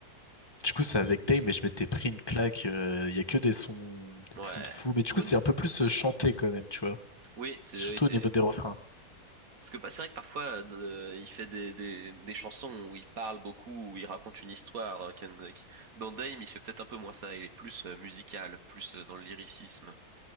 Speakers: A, on the left (about 15°); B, on the right (about 65°).
A: Du coup, c'est avec Dame, mais je m'étais pris une claque. euh, Il y a que des sons, des
B: Ouais,
A: sons de fou. Mais du
B: Monu.
A: coup, c'est un peu plus euh, chanté quand même, tu vois.
B: Oui, c'est
A: Surtout
B: oui, c'est
A: au niveau des refrains.
B: Parce que pas- c'est vrai que parfois, euh, de- euh, il fait des, des, des chansons où il parle beaucoup, où il raconte une histoire, euh, Kendrick. Dans Dame, il fait peut-être un peu moins ça. Il est plus euh, musical, plus euh, dans le lyricisme.